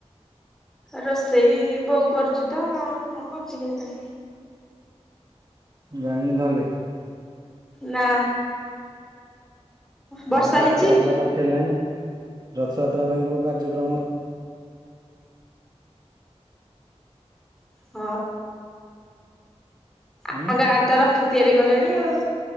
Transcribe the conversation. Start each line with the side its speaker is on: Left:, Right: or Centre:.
Centre: ରୋଷେଇ ବୋଉ କରୁଚି ତ କଣ କରୁଚି କେଜାଣି।
Right: ଜାଣିନୁ ତାହେଲେ
Centre: ନା। ବର୍ଷା
Right: ଆଉ ରଥଯାତ୍ରା
Centre: ହେଇଚି
Right: ପାଖେଇଲାଣି, ରଥଯାତ୍ରା ପାଇଁ କଉ କାର୍ଯ୍ୟକ୍ରମ
Centre: ହଁ।
Right: ଉଁ
Centre: ଆମ ଗାଁ ରେ ତ ରଥ ତିଆରି କଲେଣି ଆଉ,